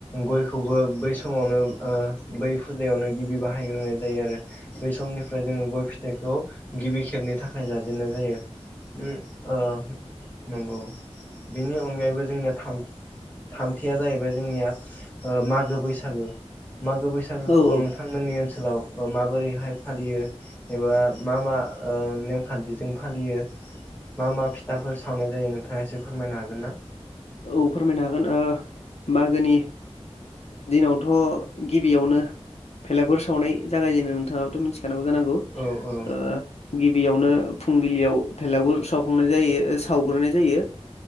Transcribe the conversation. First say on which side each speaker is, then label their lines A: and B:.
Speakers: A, on the left; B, on the left.
A: गयखौबो बै समावनो ओ बै फुजायावनो गिबि बाहायग्रोनाय जायो आरो बै समाव समनिफ्राय जोङो गय फिथाइखौ गिबि खेबनि थाखाय जाजेननाय जायो। उम ओ नंगौ बेनि अनगायैबो जोंनिया थाम थामथिया जाहैबाय जोंनिया ओ मागो बैसागो मागो बैसागोखौ
B: औ औ
A: नोंथांमोननि ओनसोलाव माबोरैहाय फालियो एबा मा मा ओ नेमखान्थिजों फालियो मा मा फिथाफोर सावनाय जायो नोंथाङा एसे फोरमायनो हागोन ना?
B: औ फोरमायनो हागोन ओ मागोनि दिनावथ' गिबियावनो भलागुर सावनाय जागायजेननो नोंथाङाबोथ' मिथि खायो जानांगौ।
A: औ औ
B: ओ गि बियावनो फुंबिलियाव भेलागुर सावखांनाय जायो सावग्रोनाय जायो